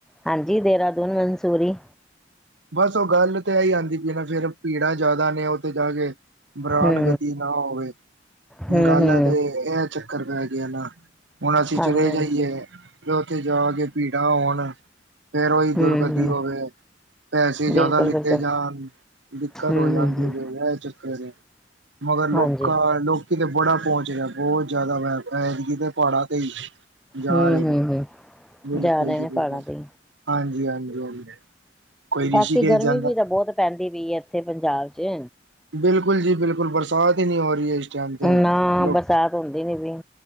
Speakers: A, in the centre; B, on the right (about 80°).
A: ਹਾਂਜੀ, ਦੇਰਾਦੂਨ, ਮਨਸੂਰੀ
B: ਬਸ, ਓ ਗੱਲ ਤਾਂ ਐਈ ਆਂਦੀ ਪਈ ਨਾ ਫੇਰ ਭੀੜਾਂ ਜਾਦਾ ਨੇ ਓਥੇ ਜਾ ਕੇ ਬਰਾਨਗਤੀ
A: ਹੂੰ
B: ਨਾ ਹੋਵੇ,
A: ਹੂੰ
B: ਗੱਲ
A: ਹੂੰ
B: ਤੇ ਐ ਚੱਕਰ ਪੈ ਗੇਆ ਨਾ ਹੋਨ, ਅਸੀਂ
A: ਹਾਂਜੀ
B: ਚਲੇ
A: ਹਾਂਜੀ
B: ਜਾਈਏਤੇ ਓਥੇ ਜਾ ਕੇ ਭੀੜਾਂ ਹੋਣ ਫੇਰ ਓਈ ਦੁਰਗਤੀ
A: ਹੂੰ ਹੂੰ
B: ਹੋਵੇ। ਪੈਸੇ ਜਾਦਾ
A: ਬਿਲਕੁਲ
B: ਲਿੱਤੇ
A: ਬਿਲਕੁਲ
B: ਜਾਣ ਦਿੱਕਤ
A: ਹੂੰ
B: ਹੋ ਜਾਂਦੀ
A: ਹੂੰ ਹੂੰ
B: ਐ। ਐ ਚੱਕ ਦੇ ਮਗਰ ਲੋਕਾ
A: ਹਾਂਜੀ
B: ਲੋਕੀ ਤੇ ਬੜਾ ਪੋਂਚ ਰੇਯਾ, ਬਹੁਤ ਜਿਆਦਾ ਮੈਂ ਐਦਕਿ ਤੇ ਪਾਂੜਾਂ ਤੇ ਈ ਜਾ
A: ਹੂੰ
B: ਰੇਨੇ,
A: ਹੂੰ ਹੂੰ
B: ਬਿਲਕੁਲ
A: ਜਾ ਰਹੇ
B: ਜੀ
A: ਨੇ
B: ਬਿਲਕੁਲ।
A: ਪਹਾੜਾਂ ਤੇ
B: ਹਾਂਜੀ, ਹਾਂਜੀ, ਹਾਂਜੀ। ਕੋਈ ਰਿਸ਼ੀਕੇਸ਼
A: ਬਾਕੀ ਗਰਮੀ
B: ਜਾਂਦਾ
A: ਵੀ ਤਾਂ ਬੋਤ ਪੈਂਦੀ ਪਈ ਐ, ਐਥੇ ਪੰਜਾਬ ਚ
B: ਬਿਲਕੁਲ ਜੀ ਬਿਲਕੁਲ ਬਰਸਾਤ ਈ ਨੀਂ ਹੋ ਰੀਏ, ਇਸ ਟਾਈਮ ਤੇ
A: ਨਾ
B: ਲੋਕ
A: ਬਰਸਾਤ ਹੁੰਦੀ ਨੀ ਪਈ